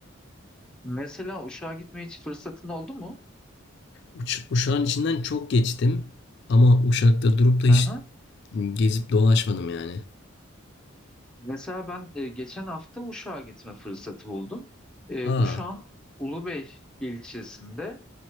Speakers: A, in the centre; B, on the left.
A: mesela Uşak'a gitmeye hiç fırsatın oldu mu?
B: Uş- Uşak'ın içinden çok geçtim ama Uşak'ta durup da hiç
A: Aha.
B: gezip dolaşmadım yani.
A: Mesela ben e, geçen hafta Uşak'a gitme fırsatı buldum. E,
B: Aa,
A: Uşak'ın Ulubey ilçesinde